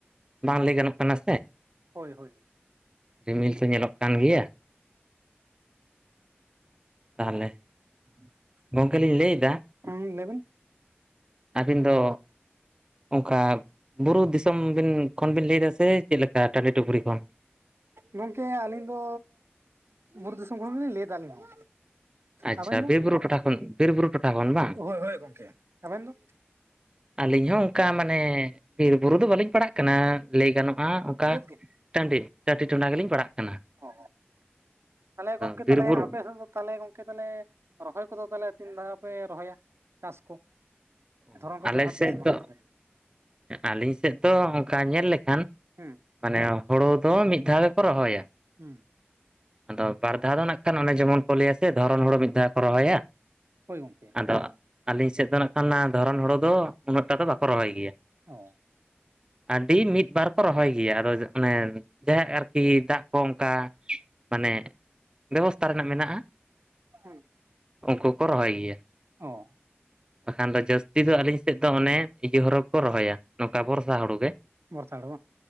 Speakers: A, on the right; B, on the right.
A: ᱵᱟᱝ ᱞᱟᱹᱭ ᱜᱟᱱᱚᱜ ᱠᱟᱱᱟ ᱥᱮ᱾
B: ᱦᱳᱭ ᱦᱳᱭ᱾
A: ᱨᱤᱢᱤᱞ ᱠᱚ ᱧᱮᱞᱚᱜ ᱠᱟᱱ ᱜᱮᱭᱟ᱾ ᱛᱟᱦᱚᱞᱮ
B: <unintelligible>
A: ᱜᱚᱝᱠᱮ ᱞᱤᱧ ᱞᱟᱹᱭ ᱫᱟ᱾
B: ᱦᱮᱸ, ᱞᱟᱹᱭ ᱵᱤᱱ᱾
A: ᱟᱹᱵᱤᱱ ᱫᱚ ᱚᱝᱠᱟ, ᱵᱩᱨᱩ ᱫᱤᱥᱚᱢ ᱵᱮᱱ ᱠᱷᱚᱱ ᱵᱤᱱ ᱞᱟᱹᱭ ᱫᱟ, ᱥᱮ ᱪᱮᱫ ᱞᱮᱠᱟ ᱴᱟᱹᱰᱤ ᱴᱩᱯᱨᱤ ᱠᱷᱚᱱ?
B: ᱜᱚᱝᱠᱮ ᱟᱹᱞᱤᱧ ᱫᱚ ᱵᱩᱨᱩ ᱫᱤᱥᱚᱢ ᱠᱷᱚᱱᱞᱤᱧ ᱞᱟᱹᱭ ᱫᱟ ᱟᱞᱤᱧ ᱦᱚ᱾
A: ᱟᱪᱪᱷᱟ
B: ᱟᱵᱮᱱ ᱫᱚ?
A: ᱵᱤᱨᱼᱵᱩᱨᱩ ᱴᱚᱴᱷᱟ ᱠᱷᱚᱱ ᱵᱤᱨᱼᱵᱩᱨᱩ ᱴᱚᱴᱷᱟ ᱠᱷᱚᱱ ᱵᱟᱝ?
B: ᱦᱳᱭ ᱦᱳᱭ ᱜᱚᱝᱠᱮ᱾ ᱟᱵᱮᱱ ᱫᱚ?
A: ᱟᱹᱞᱤᱧ ᱦᱚᱸ ᱚᱱᱠᱟ ᱢᱟᱱᱮ ᱵᱤᱨ ᱵᱩᱨᱩ ᱫᱚ ᱵᱟᱹᱞᱤᱧ ᱯᱟᱲᱟᱜ ᱠᱟᱱᱟ ᱞᱟᱹᱭ ᱜᱟᱱᱚᱜ ᱟᱸ ᱚᱱᱠᱟ
B: ᱵᱤᱞᱟᱹᱛ ᱜᱮ
A: ᱴᱟᱺᱰᱤ ᱴᱟᱴᱤ ᱴᱚᱸᱰᱟ ᱜᱮᱞᱤᱧ ᱯᱟᱲᱟᱜ ᱠᱟᱱᱟ
B: ᱚ ᱛᱟᱦᱞᱮ
A: ᱟᱫᱚ
B: ᱜᱚᱢᱠᱮ
A: ᱵᱤᱨᱼᱵᱩᱨᱩ
B: ᱛᱟᱦᱞᱮ ᱟᱯᱮ ᱥᱮᱫ ᱫᱚ ᱛᱟᱦᱞᱮ ᱜᱚᱝᱠᱮ ᱛᱟᱦᱚᱞᱮ ᱨᱚᱦᱚᱭ ᱠᱚᱫᱚ ᱛᱟᱦᱚᱞᱮ ᱛᱤᱱ ᱫᱷᱟᱣ ᱯᱮ ᱨᱚᱦᱚᱭᱟ ᱪᱟᱥ ᱠᱚ?
A: ᱚ
B: ᱫᱷᱚᱨᱚᱱ ᱠᱚᱯᱮ
A: ᱟᱞᱮ
B: ᱨᱚᱦᱚᱭ ᱜᱮᱭᱟ
A: ᱥᱮᱫ
B: ᱥᱮ ᱵᱟᱝ
A: ᱫᱚ
B: ᱛᱟᱦᱚᱞᱮ
A: ᱟᱹᱞᱤᱧ ᱥᱮᱫ ᱫᱚ ᱚᱱᱠᱟ ᱧᱮᱞ ᱞᱮᱠᱷᱟᱱ,
B: ᱦᱮᱸ
A: ᱢᱟᱱᱮ ᱦᱳᱲᱳ ᱫᱚ ᱢᱤᱫ ᱫᱷᱟᱣ ᱜᱮᱠᱚ ᱨᱚᱦᱚᱭᱟ᱾
B: ᱦᱩᱸ,
A: ᱟᱫᱚ ᱵᱟᱨ ᱫᱷᱟᱣ ᱫᱚ ᱱᱟᱜ ᱠᱷᱟᱱ ᱚᱱᱮ ᱡᱮᱢᱚᱱ ᱠᱚ ᱞᱟᱹᱭᱟ ᱥᱮ ᱫᱷᱚᱨᱚᱱ ᱦᱳᱲᱳ ᱢᱤᱫ ᱫᱷᱟᱣ ᱠᱚ ᱨᱚᱦᱚᱭᱟ᱾
B: ᱦᱳᱭ ᱜᱚᱝᱠᱮ,
A: ᱫᱟᱜ ᱟᱹᱞᱤᱧ ᱥᱮᱫ ᱫᱚ ᱱᱟᱜ ᱠᱷᱟᱱ ᱫᱷᱚᱨᱚᱱ ᱦᱳᱲᱳ ᱫᱚ ᱩᱱᱟᱹᱜ ᱴᱟ ᱫᱚ ᱵᱟᱠᱚ ᱨᱚᱦᱚᱭ ᱜᱮᱭᱟ᱾
B: ᱚ,
A: ᱟᱹᱰᱤ ᱢᱤᱫ ᱵᱟᱨ ᱠᱚ ᱨᱚᱦᱚᱭ ᱜᱮᱭᱟ ᱟᱫᱚ ᱚᱱᱮ ᱡᱟᱦᱭᱟᱜ ᱟᱨᱠᱤ ᱫᱟᱜ ᱠᱚ ᱚᱱᱠᱟ, ᱢᱟᱱᱮ ᱵᱮᱵᱚᱥᱛᱷᱟ ᱨᱮᱱᱟᱜ ᱢᱮᱱᱟᱜᱼᱟ᱾
B: ᱦᱩ,
A: ᱩᱱᱠᱩ ᱠᱚ ᱨᱚᱦᱚᱭ ᱜᱮᱭᱟ᱾
B: ᱚ,
A: ᱵᱟᱠᱷᱟᱱ ᱫᱚ ᱡᱟᱹᱥᱛᱤ ᱫᱚ ᱟᱹᱞᱤᱧ ᱥᱮᱫ ᱫᱚ ᱚᱱᱮ ᱤᱭᱟᱹ ᱦᱚᱨᱚ ᱠᱚ ᱨᱚᱦᱚᱭᱟ ᱱᱚᱝᱠᱟ ᱵᱚᱨᱥᱟ ᱦᱩᱲᱩ ᱜᱮ᱾
B: ᱵᱚᱨᱥᱟ ᱦᱩᱲᱩ